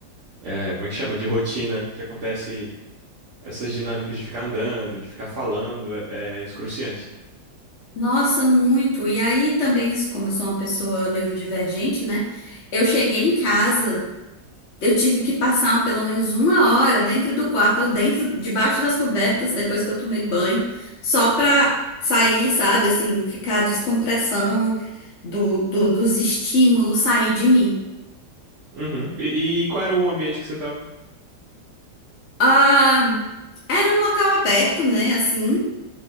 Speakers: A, on the right (about 55°); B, on the left (about 50°).
A: é, como é que chama? De rotina que acontece essas dinâmicas de ficar andando, de ficar falando, é, é excruciante.
B: Nossa, muito. E aí também, isso, como eu sou uma pessoa neurodivergente, né? Eu cheguei em casa. Eu tive que passar pelo menos uma hora dentro do quarto, ou dentro, debaixo das cobertas, depois que eu tomei banho, só pra sair, sabe, assim, ficar a descompressão do, do- dos estímulos sair de mim.
A: Uhum. E, e qual era o ambiente que você tava?
B: Ah, era um local aberto, né, assim.